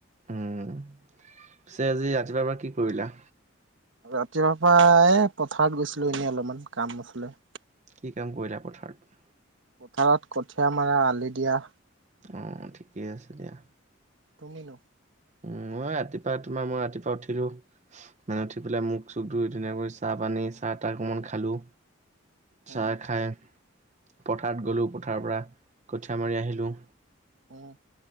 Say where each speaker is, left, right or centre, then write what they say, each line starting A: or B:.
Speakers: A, on the right; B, on the right.
A: উম পিছে আজি ৰাতিপুৱাৰ পৰা কি কৰিলা?
B: ৰাতিপুৱাৰ পৰা এই পথাৰত গৈছিলো এনেই অলপমান কাম আছিলে।
A: কি কাম কৰিলা পথাৰত?
B: পথাৰত কঠিয়া মাৰা, আলি দিয়া।
A: অ ঠিকে আছে দিয়া।
B: তুমিনো?
A: উম মই ৰাতিপুৱা তোমাৰ মই ৰাতিপুৱা উঠিলো মানে উঠি পেলাই মুখ চুখ ধুই ধুনীয়াকৈ চাহ পানী চাহ তাহ অকমান খালোঁ। চাহ
B: উম
A: খাই পথাৰত গলো পথাৰৰ পৰা কঠীয়া মাৰি আহিলোঁ।
B: উহ